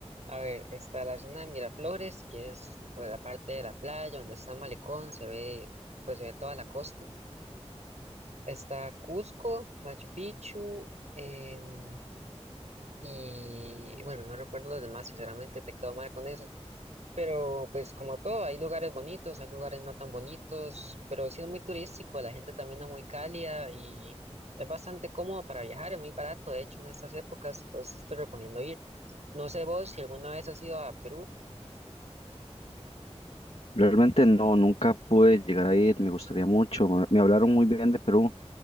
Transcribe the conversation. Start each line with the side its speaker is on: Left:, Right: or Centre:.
Right: a ver, está la zona de Miraflores, que es pues la parte de la playa donde está el malecón, se ve pues se ve toda la costa. Está Cusco, Machu Picchu, em, y bueno, no recuerdo los demás, sinceramente te quedo mal con eso. Pero pues como todo, hay lugares bonitos, hay lugares no tan bonitos, pero sí es muy turístico, la gente también es muy cálida y es bastante cómodo para viajar, es muy barato, de hecho, en estas épocas, entonces te recomiendo ir. No sé vos si alguna vez has ido a Perú,
Left: Realmente no, nunca pude llegar a ir, me gustaría mucho, me me hablaron muy bien de Perú,